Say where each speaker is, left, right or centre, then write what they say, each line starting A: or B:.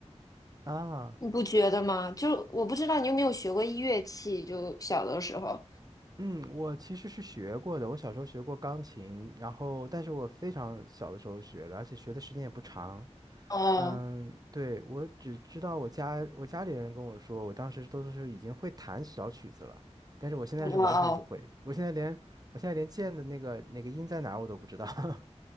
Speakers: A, on the right; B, on the left.
A: 啊。
B: 你不觉得吗？就我不知道你有没有学过乐器，就小的时候。
A: 嗯，我其实是学过的，我小时候学过钢琴，然后但是我非常小的时候学的，而且学的时间也不长。
B: 哦
A: 嗯，对，我只知道我家我家里人跟我说，我当时都是已经会弹小曲子了，但是我现在是完全不会，
B: 哦哦，
A: 我现在连我现在连键的那个那个音在哪儿我都不知道。<laughs>